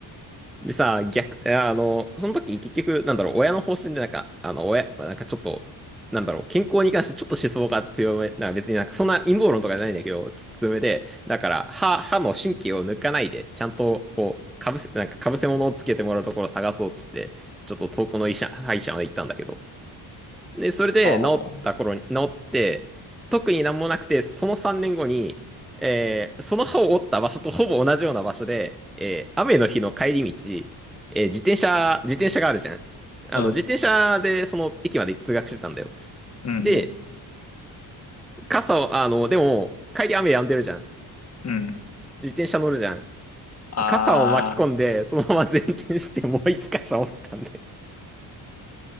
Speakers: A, in the centre; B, on the left.
A: でさ、逆、いやあの、その時結局、なんだろう、親の方針でなんか、あの、親、なんかちょっと、なんだろう、健康に関してちょっと思想が強め、なんか別になんかそんな陰謀論とかじゃないんだけど、ちょっと強めで、だから、歯、歯の神経を抜かないで、ちゃんと、こう、かぶせ、なんかかぶせ物をつけてもらうところを探そうっつって、ちょっと遠くの医者、歯医者まで行ったんだけど、で、それで治った頃に、
B: ああ。
A: 治って、特になんもなくて、その3年後に、えーその歯を折った場所とほぼ同じような場所で、えー雨の日の帰り道、えー自転車、自転車があるじゃん。あの、
B: うん。
A: 自転車でその駅まで通学してたんだよ。
B: うん。
A: で、傘を、あの、でも、帰り雨止んでるじゃん。
B: うん。
A: 自転車乗るじゃん。
B: ああ。
A: 傘を巻き込んで、そのまま前転してもう一箇所折ったんだよ。